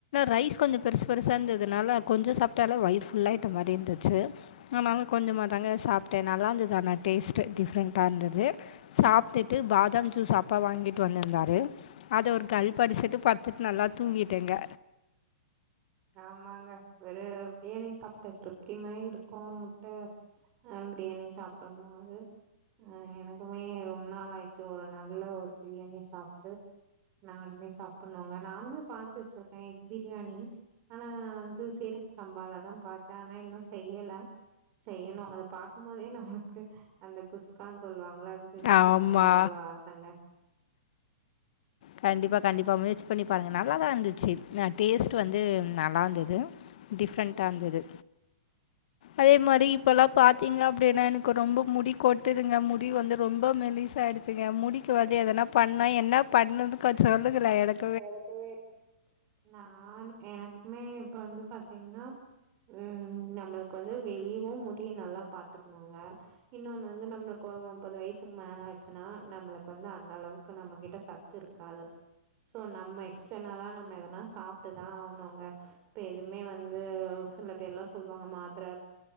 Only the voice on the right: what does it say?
ஆமாங்க ஒரு பிரியாணி சாப்பிட்ட திருப்திமாயி இருக்கும் முட்ட ஆ பிரியாணி சாப்டும் போது அ எனக்குமே ரொம்ப நாள் ஆயிர்ச்சு ஒரு நல்ல ஒரு பிரியாணி சாப்ட்டு நானுமே சாப்பிட்னுங்க நானுமே பாத்து வச்சிருக்கே எக் பிரியாணி ஆனா நா வந்து சீரக சம்பாலதா பாத்தே ஆனா இன்னு செய்யல செய்யணு அத பாக்கும் போதே நம்லுக்கு அந்த குஸ்கான்னு சொல்லுவாங்களா அது செஞ்சு
சாப்பிடலான்னு அவ்ளோ ஆசங்க
இருக்குங்க
எனக்குவே நானு எனக்குமே இப்ப வந்து பாத்தீங்கன்னா ம் நம்மளுக்கு வந்து வெளியவு முடிய நல்லா பாத்துக்கணுங்க இன்னொன்னு வந்து நம்மளுக்கு முப்பது வயசுக்கு மேல ஆடுச்சுன்னா நம்மளுக்கு வந்து அந்த அளவுக்கு நம்ம கிட்ட சத் திருக்காது சோ நம்ம எக்ஸ்டர்னலா நம்ம எதனா சாப்பிட்டுதா ஆவ்னுங்க இப்ப எதுமே வந்து சில பேர் எல்லா சொல்லுவாங்க மாத்திர